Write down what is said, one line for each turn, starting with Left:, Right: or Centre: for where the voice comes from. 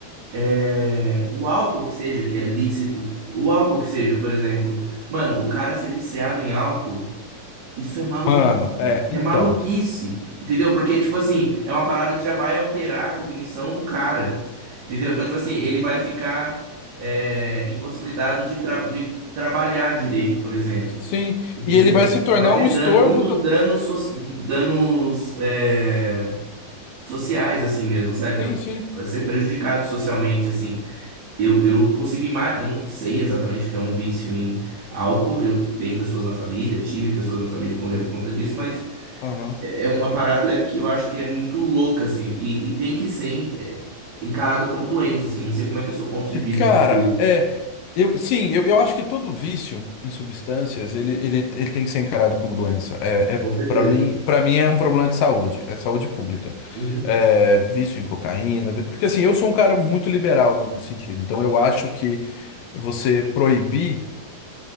Right: é, o álcool que seja, que é lícito, o álcool que seja, por exemplo, mano, o cara ser viciado em álcool isso é maluquice.
Left: Mano, é,
Right: É
Left: então.
Right: maluquice. Entendeu? Porque, tipo assim, é uma parada que já vai alterar a cognição do cara. Entendeu? Então, tipo assim, ele vai ficar é, impossibilitado de, tra- de trabalhar direito, por exemplo.
Left: Sim.
Right: Entendeu?
Left: E ele vai se tornar
Right: Ele vai ter
Left: um estorvo.
Right: dan muitos
Left: ta-
Right: danos, so- danos é, sociais, assim mesmo, sabe?
Left: Sim, sim.
Right: Vai ser prejudicado socialmente, assim. Eu, eu consigo imaginar, eu não sei exatamente o que é um vício em álcool. Eu tenho pessoas na família, tive pessoas na família que morreram por conta disso, mas
Left: Aham.
Right: é é uma parada que eu acho que é muito louca, assim, e, e tem que ser em- é, encarada como doença, assim. Não sei como é que é o seu ponto de vista
Left: Cara,
Right: sobre isso.
Left: é, eu, sim, eu, eu acho que todo vício em substâncias, ele, ele, ele tem que ser encarado como doença. É, é,
Right: Com certeza.
Left: para mim, para mim é um problema de saúde, é saúde pública.
Right: Uhum.
Left: É, vício em cocaína, vi- porque assim, eu sou um cara muito liberal no sentido, então eu acho que você proibir